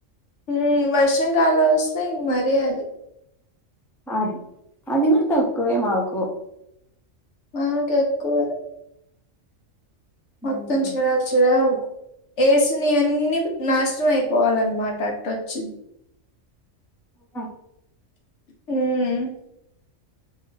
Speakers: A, on the left; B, in the centre.
A: ఉమ్ వర్షం కాలం వోస్తే ఇంక మరీ అది.
B: అద్ అది కూడా తక్కువే మాకు
A: మాకు ఎక్కువ
B: హ్మ్
A: మొత్తం చర చర వేసినవన్నీ నాశనం అయిపోవాలన్నమాట అట్టోచు
B: ఆ
A: మ్